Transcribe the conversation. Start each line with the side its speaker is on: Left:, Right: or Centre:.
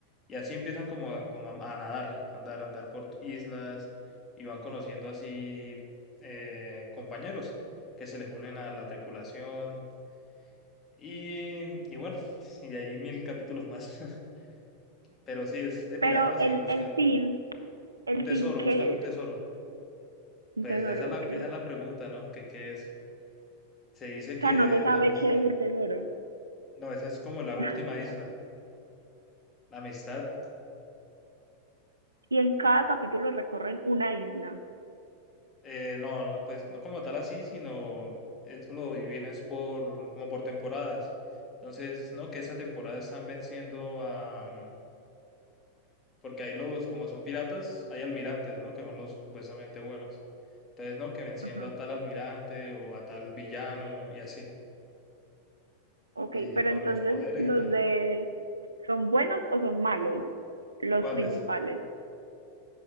Left: y así empiezan como a, como a a nadar, a andar, a andar por islas y van conociendo así eh, compañeros que se les unen a la tripulación y, y bueno, <laughs> y hay mil capítulos más, <laughs> pero sí es de
Right: pero
Left: piratas
Right: el,
Left: y buscan
Right: el fin, el
Left: un tesoro,
Right: fin, ¿qué
Left: buscan un
Right: es?
Left: tesoro.
Right: Un
Left: Pues
Right: tesoro,
Left: esa es la,
Right: ok.
Left: esa es la pregunta, ¿no? ¿Qué, qué es? Se dice
Right: O
Left: que
Right: sea, no se
Left: es
Right: sabe
Left: la amistad.
Right: qué es el tesoro.
Left: No, esa es como la última
Right: <laughs>
Left: isla. La amistad,
Right: y en cada capítulo recorren una isla.
Left: eh, no, no, pues no como tal así, sino eso lo dividen es por, como por temporadas. Entonces, no, que esa temporada están venciendo a, porque ahí los, como son piratas, hay almirantes, ¿no? Que son los supuestamente buenos. Entonces, no, que venciendo
Right: Ajá.
Left: a tal almirante o a tal villano y así,
Right: Ok,
Left: y
Right: pero
Left: con
Right: entonces
Left: los poderes
Right: los
Left: y tal.
Right: de son buenos o son malos, los
Left: cuáles
Right: principales,